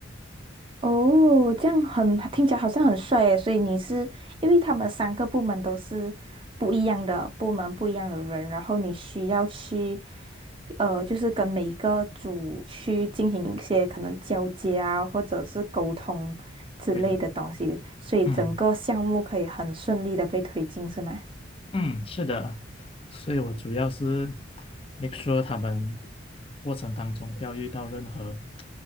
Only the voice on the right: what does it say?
哦，这样很，听起来好像很帅诶，所以你是，因为他们三个部门都是不一样的部门，不一样的人，然后你需要去，呃，就是跟每一个组去进行一些可能交接啊，或者是沟通之类的东西，
所以整个项目可以很顺利的被推进，
是吗？